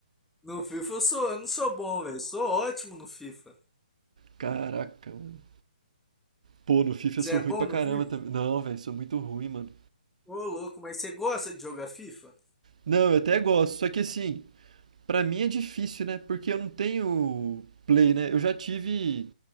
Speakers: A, in the centre; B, on the right.
A: No FIFA eu sou, eu não sou bom, velho. Sou ótimo no FIFA.
B: Caraca, mano. Pô, no FIFA
A: Você
B: eu sou
A: é
B: ruim
A: bom
B: pra
A: no
B: caramba
A: FIFA?
B: também. Não, velho, sou muito ruim, mano.
A: Ô, louco, mas você gosta de jogar FIFA?
B: Não, eu até gosto, só que assim. Pra mim é difícil, né? Porque eu não tenho Play, né? Eu já tive